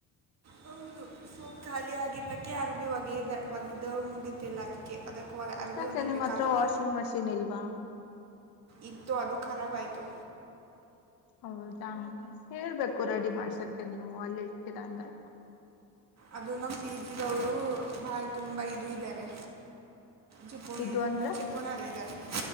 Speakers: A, on the right (about 50°); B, on the left (about 80°).
A: ಹೌದು ಸೊಪ್ ಖಾಲಿ ಆಗಿದ್ದಕ್ಕೆ ಯಾರು ಭೀ ಒಗೆಯದ ಒಗ್ದ ಮುಗಿತಲ್ಲ ಅದಕ್ಕೆ ಅದಕ್ಕೆ ಒಗ ಅರ್ಬಿ
B: ಯಾಕ್ೆ
A: ಒಗಿಬೇಕಲ್ವಾ
B: ನಿಮ್ಮ ಹತ್ರ ವಾಷಿಂಗ್ ಮಷೀನ್ ಇಲ್ವಾ
A: ಇತ್ತು ಅದು ಖರಾಬ್ ಆಯ್ತು
B: ಹೌದಾ ಹೇಳ್ಬೇಕು ರೆಡಿ ಮಾಡ್ಸಕ್ಕೆ ನೀವು ಅಲ್ಲಿ ಇರ್ತೀರಾ ಅಂದ್ರೆ
A: ಅದು ನ ಪಿಜಿದವರು ಬಹಳ ತುಂಬಾ ಇದು ಇದ್ದಾರೆ ಜಿಪಣ
B: ಇದು ಅಂದ್ರೆ
A: ಜಿಪಣ ಆರ ಇದದಾರೆ